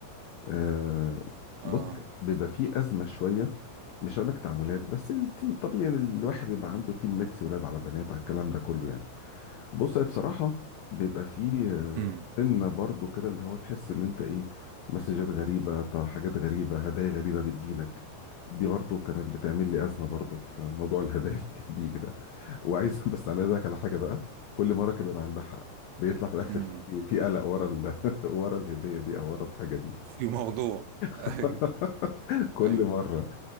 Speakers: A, on the left; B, on the right.
A: آه،
B: اه
A: بص بيبقى فيه أزمة شوية مش هقول لك تعاملات بس التيم طبيعي يعني الواحد بيبقى عنده تيم ميكس ولاد على بنات على الكلام ده كله يعني بص هي بصراحة بيبقى فيه آه،
B: امم
A: سنة برضو كده اللي هو تحس ان انت ايه مسجات غريبة طا- حاجات غريبة هدايا غريبة بتجيلك دي برضو كانت بتعمل لي أزمة برضو في موضوع <laughs> الهدايا اللي كان بيجي ده وعايز <laughs> بس انا عايز أقولك على حاجة بقى كل مرة كان بيبقى عندها حق بيطلع في الآخر
B: امم
A: في في قلق ورا ال... <laughs> ورا الهدية دي أو ورا الحاجة دي
B: في موضوع <laughs>
A: <laughs>
B: ايوه
A: كل
B: ايوه
A: مرة